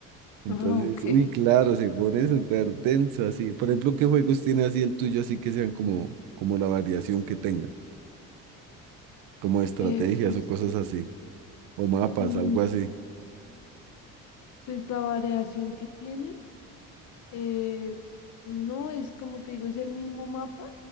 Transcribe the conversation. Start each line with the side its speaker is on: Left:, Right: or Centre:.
Right: Entonces,
Left: Ah, ok.
Right: uy, claro, se pone súper denso así. Por ejemplo, ¿qué juegos tiene así el tuyo así que sean como, como la variación que tenga? Como estrategias
Left: Eh, pues,
Right: o cosas así, o mapas,
Left: mm,
Right: algo así.
Left: pues la variación que tienen, eh, no es como te digo, es el mismo mapa